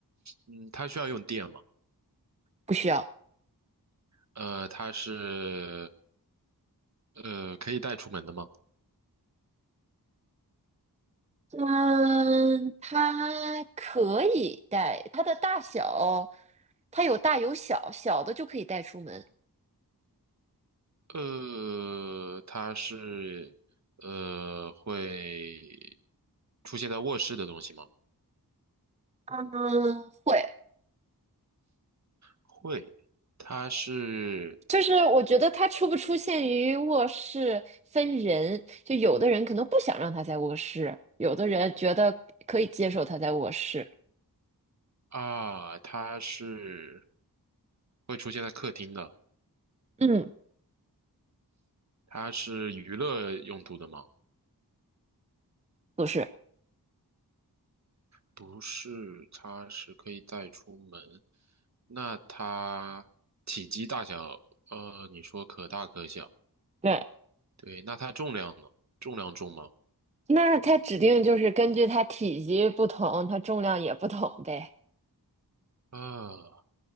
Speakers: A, on the right; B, on the right.
A: 嗯，它需要用电吗？
B: 不需要。
A: 呃，它是呃可以带出门的吗？
B: 嗯，它可以戴，它的大小，它有大有小，小的就可以带出门。
A: 呃，它是呃会出现在卧室的东西吗？
B: 嗯，会，
A: 会，它是
B: 就是我觉得它出不出现于卧室分人，就有的人可能不想让它在卧室，有的人觉得可以接受它在卧室。
A: 啊，它是会出现在客厅的，
B: 嗯，
A: 它是娱乐用途的吗？
B: 不是，
A: 不是，它是可以带出门。那它体积大小，呃，你说可大可小。
B: 对，
A: 对，那它重量呢？重量重吗？
B: 那它指定就是根据它体积不同，它重量也不同呗。
A: 啊，